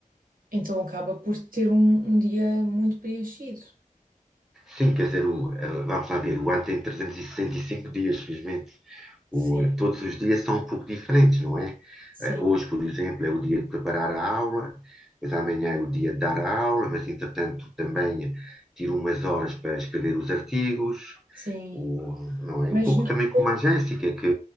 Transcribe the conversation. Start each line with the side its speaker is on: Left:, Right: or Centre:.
Right: Então acaba por ter um, um dia muito preenchido.
Centre: Sim, quer dizer, o- eh, vamos lá ver, o ano tem 365 dias, felizmente. O,
Right: Sim,
Centre: eh, todos os dias são um pouco diferentes, não é?
Right: sim,
Centre: Eh, hoje, por exemplo, é o dia de preparar a aula, mas amanhã é o dia de dar a aula, mas entretanto também tiro umas horas para escrever os artigos.
Right: sim.
Centre: O, não é?
Right: Mas
Centre: Um pouco
Right: não...
Centre: também como a Jéssica, que